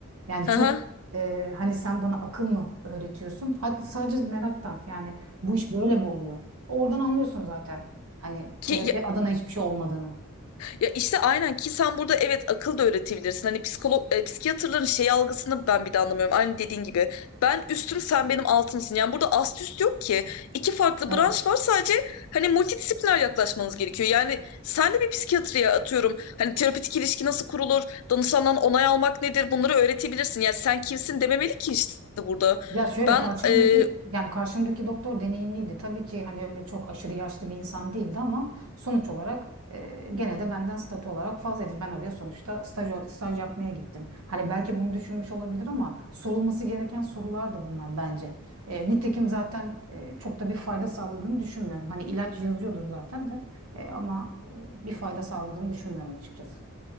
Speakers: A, on the right; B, on the left.
A: Yani çok
B: Aha.
A: e, hani sen bana akıl mı öğretiyorsun? Hadi sadece meraktan yani bu iş böyle mi oluyor? Oradan anlıyorsun zaten hani
B: Ki
A: terapi adına hiçbir şey olmadığını.
B: Ya işte aynen ki sen burada evet akıl da öğretebilirsin. Hani psikolog e, psikiyatrların şey algısını ben bir de anlamıyorum. Aynı dediğin gibi. Ben üstüm sen benim altımsın. Yani burada ast üst yok ki. İki farklı
A: Evet.
B: branş var sadece hani multidisipliner yaklaşmanız gerekiyor. Yani sen de bir psikiyatriye atıyorum. Hani terapötik ilişki nasıl kurulur? Danışandan onay almak nedir? Bunları öğretebilirsin. Yani sen kimsin dememeli ki işte burada.
A: Ya şöyle
B: Ben
A: karşımdaki
B: e,
A: yani karşımdaki doktor deneyimliydi. Tabii ki hani öyle çok aşırı yaşlı bir insan değildi ama sonuç olarak e, gene de benden statü olarak fazlaydı. Ben oraya sonuçta staj, staj yapmaya gittim. Hani belki bunu düşünmüş olabilir ama sorulması gereken sorular da bunlar bence. E, nitekim zaten e, çok da bir fayda sağladığını düşünmüyorum. Hani ilaç yazıyordur zaten de e, ama e, bir fayda sağladığını düşünmüyorum açıkçası.